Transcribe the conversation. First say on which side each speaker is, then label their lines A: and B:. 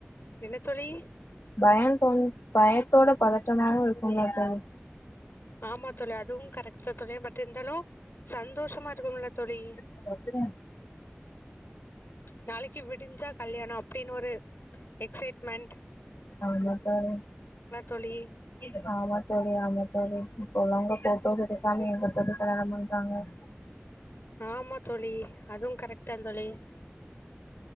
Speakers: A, on the left; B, on the left.
A: என்ன தோழி
B: பயம் தோன் பயத்தோட பதற்றமாவு இருக்குல்ல தோழி
A: ஆமா தோழி அதுவு கரெக்ட் தோழி பட் இருந்தாலு சந்தோஷமா இருக்கு இல்ல தோழி
B: பிரச்சன ஆச்சி
A: நாளைக்கு விடிஞ்சா கல்யாணோ அப்டின் ஒரு எக்சைட்மெண்ட்
B: ஆமா தோழி
A: தோழி
B: ஆமா தோழி ஆமா தோழி இப்பவுள்ளவங்க போட்டோஸ் எடுக்காம எங்க தோழி கல்யாணம் பண்றாங்க
A: ஆமா தோழி அதுவு கரெட்தா தோழி